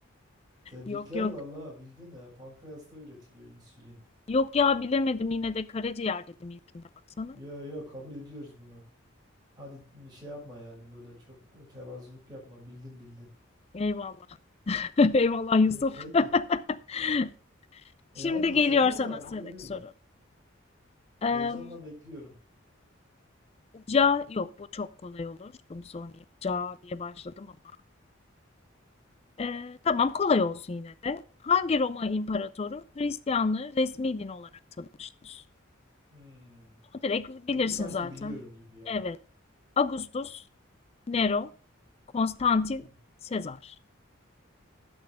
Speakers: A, on the right; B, on the left.
A: Tebrikler
B: Yok yok.
A: vallahi bildin ha. Pankreasta üretiliyor insülin.
B: Yok ya bilemedim yine de karaciğer dedim ilkinde baksana.
A: Yo yo kabul ediyoruz bunu. Hadi şey yapma yani böyle çok tevazuluk yapma. Bildin bildin.
B: Eyvallah. <laughs> Eyvallah
A: E,
B: Yusuf.
A: peki.
B: <laughs>
A: E
B: Şimdi
A: hadi
B: geliyor
A: sende
B: sana
A: ne var
B: sıradaki
A: bir görelim.
B: soru. Eee,
A: Heyecanla bekliyorum.
B: ca yok bu çok kolay olur. Bunu sormayayım. Ca diye başladım ama. Eee, tamam kolay olsun yine de. Hangi Roma imparatoru Hristiyanlığı resmi din olarak tanımıştır?
A: Hmm,
B: Bunu direkt bilirsin
A: Bunu sanki
B: zaten.
A: biliyorum gibi yani.
B: Evet. Augustus, Nero, Konstantin,
A: Hmm.
B: Sezar.